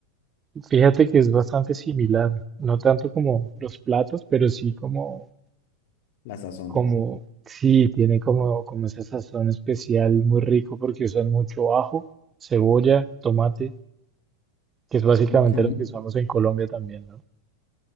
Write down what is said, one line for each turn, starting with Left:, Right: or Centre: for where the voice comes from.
Right: Fíjate que es bastante similar, no tanto como los platos, pero sí como,
Left: la sazón.
Right: como, sí, tiene como, como esa sazón especial muy rico porque usan mucho ajo, cebolla, tomate, que es básicamente
Left: Ok.
Right: lo que usamos en Colombia también, ¿no?